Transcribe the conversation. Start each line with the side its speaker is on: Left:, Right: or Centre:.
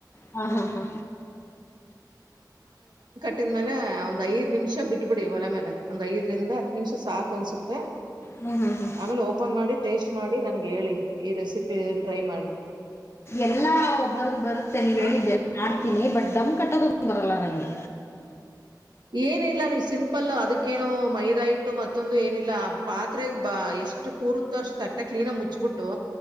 Left: ಹಾ ಹಾ ಹಾ
Right: ಹಟ್ಟಿದ ಮೇಲೆ ಒಂದ್ ಐದ ನಿಮಿಷ ಬಿಟ್ಬಿಡಿ ಒಲೆ ಮೇಲೆ ಒಂದ್ ಐದರಿಂದ ಹತ್ತು ನಿಮಿಷ ಸಾಕು ಅನ್ಸುತ್ತೆ
Left: ಹ್ಮ್, ಹ್ಮ್, ಹ್ಮ್.
Right: ಆಮೇಲೆ ಓಪನ್ ಮಾಡಿ ಟೇಸ್ಟ್ ಮಾಡಿ ನನ್ಗೆ ಹೇಳಿ ಈ ರೆಸಿಪಿ ಟ್ರೈ ಮಾಡಿ
Left: ಎಲ್ಲಾ ಬರ್ಂದ್ ಬರುತ್ತೆ ನೀವ್
Right: ಹ
Left: ಹೇಳಿದ್ದೆ ಎ ಮಾಡ್ತೀನಿ ಬಟ್ ದಡಮ್ ಕಟ್ಟೋದ ಬರಲಾ ನಗೆ
Right: ಏನಿಲ್ಲ ನೀವು ಸಿಂಪಲ್ ಪ್ಪಲ್ಲ ಅದಕ್ಕೇನು ಮೈದಾ ಇಟ್ಟು ಮತ್ತೊಂದು ಏನಿಲ್ಲ ಆ ಪಾತ್ರೆ ಎಷ್ಟು ಕೂರುತ್ತೋ ಅಷ್ಟು ತಟ್ಟಕ್ಕೆ ಕ್ಲೀನ ಮುಚ್ಬಿಟ್ಟು